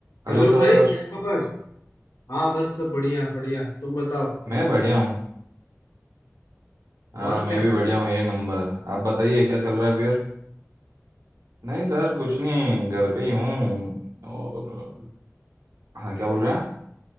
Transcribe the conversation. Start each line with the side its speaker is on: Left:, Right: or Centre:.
Right: Hello
Left: Hello भाई
Right: sir
Left: क्या खबर हाँ बस सब बढ़िया बढ़िया तुम बताओ
Right: मैं बढ़िया हूँ हाँ
Left: और
Right: मैं
Left: क्या
Right: भी
Left: कर
Right: बढ़िया
Left: रहे थे
Right: हूँ एक नंबर आप बताइए क्या चल रहा है फिर नहीं
Left: ऐसे
Right: सर
Left: ही
Right: कुछ
Left: बस
Right: नहीं घर पे ही हूँ और
Left: हम्म,
Right: हाँ क्या बोल रहे हैं आप